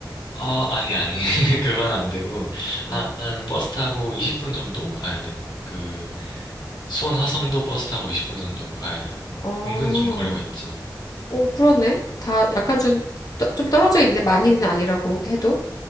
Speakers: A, on the left (about 80°); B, on the left (about 55°).
A: 어, 아니, 아니. <laughs> 그건 안 되고, 한,
B: 음,
A: 한 버스 타고 20분 정도 가야 돼. 그, 수원 화성도 버스 타고 20분 정도 가야 되고.
B: 어.
A: 은근히 좀 거리가 있지.
B: 어, 그러네. 다 약간 좀, 떠- 좀 떨어져 있네. 많이는 아니라고 해도.